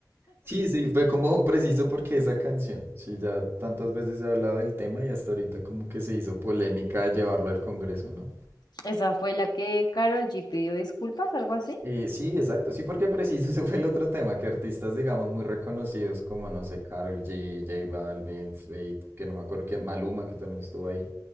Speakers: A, on the right; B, on the left.
A: Sí, sí, fue como <laughs> preciso porque esa canción, sí, ya tantas veces se ha hablado del tema y hasta ahorita como que se hizo polémica de llevarlo al Congreso, ¿no?
B: esa fue la que Carol G pidió disculpas, algo así.
A: Eh, sí, exacto, sí, porque preciso <laughs> ese fue el otro tema, que artistas, digamos, muy reconocidos como, no sé, Karol G, J Balvin, Fate, que no me acuerdo quién, Maluma, que también estuvo ahí,